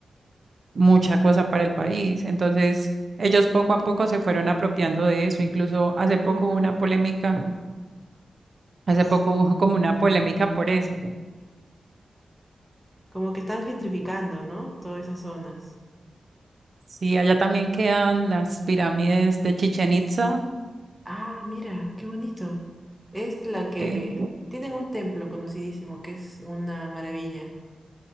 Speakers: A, on the right; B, in the centre.
A: mucha cosa para el país. Entonces, ellos poco a poco se fueron apropiando de eso. Incluso hace poco
B: uy, no,
A: hubo una polémica Hace
B: sí.
A: poco hubo como una polémica por eso.
B: Como que están gentrificando, ¿no? Todas esas zonas.
A: Sí, allá también quedan las pirámides de Chichen Itza.
B: Ah, mira, qué bonito. Es la que...
A: eh,
B: Tienen un templo conocidísimo, que es una maravilla.